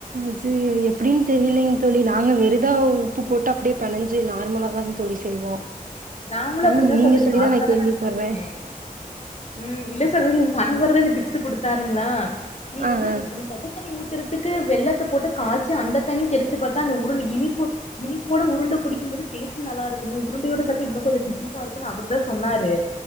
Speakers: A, on the right; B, on the left.
A: அது எப்டின்னு தெரியலங்க தோழி நாங்க வெறுதா உப்பு போட்டு அப்டியே பெனஞ்சி நார்மலா தான்ங்க தோழி செய்வோ
B: நாங்களு
A: ஆனா
B: அப்டி தா
A: நீங்க
B: சகோதரி
A: சொல்லிதா
B: நார்மலா
A: கேள்விப்பட்றே
B: தா நா செஞ்சிருக்கே ம் இல்ல சகோதரி இவரு தா இந்த டிப்ஸ் குடுத்து தாருங்களா நீ
A: ஆ
B: வந்து
A: ஆ
B: விப்பண்ணி பாத்து சுட தண்ணி ஊத்துறதுக்கு வெள்ளத்த போட்டு காய்ச்சி அந்த தண்ணி தெரிச்சு பாத்தா அந்த உருண்ட இனிப்பு இனிப்போட உருண்டு புடிக்கும் போது டேஸ்ட் நல்லா இருக்குமே உருண்டையோட <unintelligible> இன்னு கொஞ்ஜோ தித்திப்பா இருக்குன்னு அவர் தா சொன்னாரு